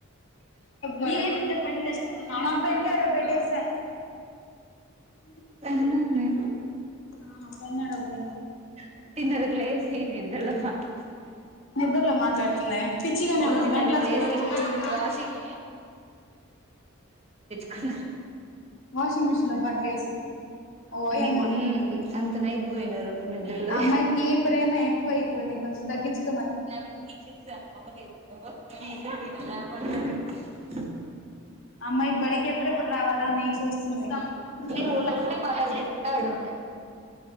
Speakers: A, on the left; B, on the right.
A: మీరేంది ఇద్దర్ పెన్లు తెచ్చుకోకుండా నా పెన్నులు ఏడో పెట్ పేసా బ
B: పెన్నుందీ.
A: ఆ పెన్ను ఏడ పోయింది
B: ఒక్కటిన్నరకి లేసీ నిద్ ద్రల మాట్లాడ
A: నిద్దరలో మాట్లాడుతుందే పిచ్చిగానే
B: ఒకటిన్నరకు
A: మెంటల్ హాస్పిటలో
B: లేసి
A: చూపీయ గూడదు.
B: వాషింగ్ క్కన్నా
A: వాషింగ్ మిషన్ లో బట్లేసి ఓయమ్మా
B: ని మ్మ్ అంత నైట్ పోయినారు నిద్రలో
A: అమ్మాయికి ప్రేమ ఎక్కువ అయిపోయింది కొంచం తగ్గించుకో
B: <unintelligible>
A: అమ్మాయి బడికి ఎప్పుడెప్పుడు రావాలా అని చూస్తుంది <inaudible>
B: అంటే ఒళ్ళుంటే మనల్ని తిట్టాడు